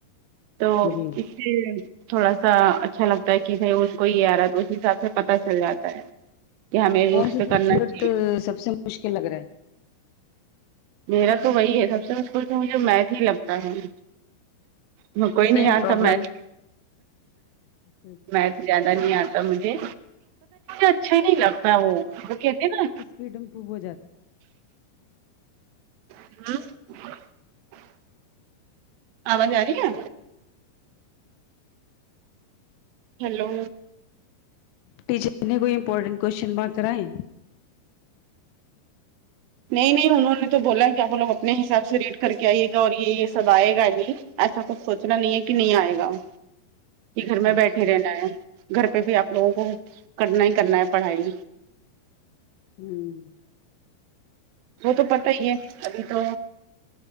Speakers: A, on the right (about 75°); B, on the left (about 85°).
A: تو
B: جی جی
A: اس لئے تھوڑا سا اچھا لگتا ہے کہ بھائی ان کو یہ آ رہا ہے تو اسی حساب سے پتتا چل جاتا ہے کہ ہمیں بھی
B: کون
A: اس
B: سےا
A: پہ کرنا
B: سبجیکٹ
A: چاہیے
B: سب سے مشکل لگ رہا ہے
A: میرا تو وہی ہے سب سے مشکل مجھے میت ہی لگتا ہے مکو ہی
B: سیم
A: نہیں اٹا
B: پرابلم
A: مکس
B: کوئی
A: مکس زیادہ نہیں اتا مجھے اچھا نہیں لگتا وہ وہ کہتے نا
B: پڈم پو بو جات
A: ہاں آواز آری ہے ہیلو
B: ٹیچر نے کوئی امپورٹینٹ کوشچن مارک کرائے
A: نہیں نہیں انہوں نے تو بولا کی اپ لوگ اپنے حساب سے ریڈ کر کے آئیے گا اور یہ یہ سب آئے گا ابھی ایسا کچھ سوچنا نہیں ہے کہ نہیں آئے گا کہ
B: اچھا
A: گھر میں
B: اچھا
A: بیٹھے رہنا ہے گھر پہ بھی آپ لوگوں کو کرنا ہی کرنا ہے پڑھائی
B: ہوں
A: وو تو پتا ہی ہے ابھی تو